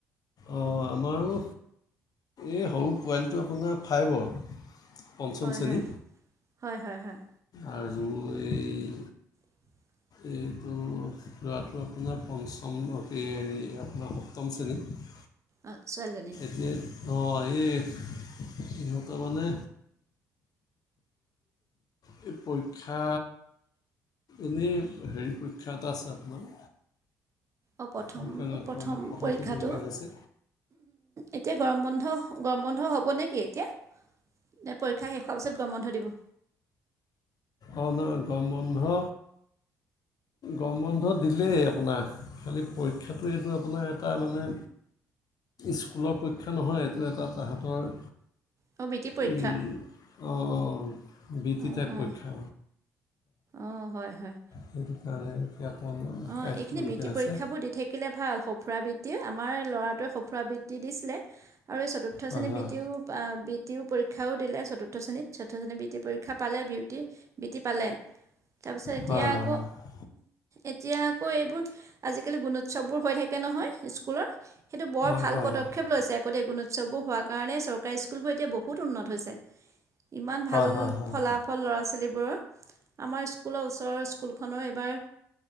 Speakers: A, on the left; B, on the right.
A: অঁ আমাৰো। এই সৰু পোৱালিটো আপোনাৰ ফাইভৰ। পঞ্চম
B: হয়
A: শ্ৰেণী
B: হয় হয় হয় হয়।
A: আৰু এই
B: <inaudible>
A: এইটো ল'ৰাটো আপোনাৰ পঞ্চম হেৰি আপোনাৰ সপ্তম শ্ৰেণীত।
B: অ ছোৱালীজনী।
A: এ অ এই ইহঁতৰ মানে এই পৰীক্ষা এনেই হেৰি পৰীক্ষা এটা আছে আপোনাৰ।
B: অঁ প্ৰথম
A: সেইকাৰণে অকণ
B: প্ৰথম
A: পঢ়াই
B: পৰীক্ষাটো।
A: থাকিবলগীয়া হৈছে
B: এতিয়া গৰম বন্ধ গৰম বন্ধ হ'ব নেকি এতিয়া? নে পৰীক্ষা শেষ হোৱাৰ পিছত গৰম বন্ধ দিব?
A: অঁ নহয় গৰম বন্ধ গৰম বন্ধ দিলেই আপোনাৰ। খালী পৰীক্ষাটোৱে এইটো আপোনাৰ এটা মানে স্কুলৰ পৰীক্ষা নহয় এইটো এটা তাহাঁতৰ
B: অঁ বৃত্তি পৰীক্ষা।
A: এই অঁ অ বৃত্তি
B: অঁ
A: টাইপ
B: অঁ
A: পৰীক্ষা।
B: অঁ হয় হয়
A: সেইটো কাৰণে এতিয়া অকণমান লিখিবলগীয়া
B: অঁ এইখিনি বৃত্তি
A: হৈছে।
B: পৰীক্ষাবোৰ দি থাকিলে ভাল সঁফুৰা বৃত্তি আমাৰ ল'ৰাটোৱে সঁফুৰা বৃত্তি দিছিলে আৰু এই চুতুৰ্থ চতুৰ্থ
A: হয়
B: শ্ৰেণী
A: হয়
B: বৃতিও বিত্ত পৰীক্ষাও দিলে চতুৰ্থ শ্ৰেণীত চতুৰ্থ শ্ৰেণীত বিত্ত পৰীক্ষা পালে বিউটি বিত্ত পালে তাৰপিছত এতিয়া
A: হয়
B: আকৌ এতিয়া আকৌ এইবোৰ আজিকালি গুণোৎসৱ বোৰ হৈ থাকে নহয় স্কুলৰ সেইটো বৰ ভাল
A: হয় হয় হয়
B: পদক্ষেপ লৈছে। লগতে গুণোৎসৱবোৰ হোৱাৰ কাৰণে চৰকাৰী স্কুলবোৰ এতিয়া বহুত উন্নত হৈছে। ইমান ভাল
A: হয় হয় হয় হয়
B: ফলাফল ল'ৰা ছোৱালীবোৰৰ আমাৰ স্কুলৰ ওচৰত ওচৰ স্কুলখনৰ এইবাৰ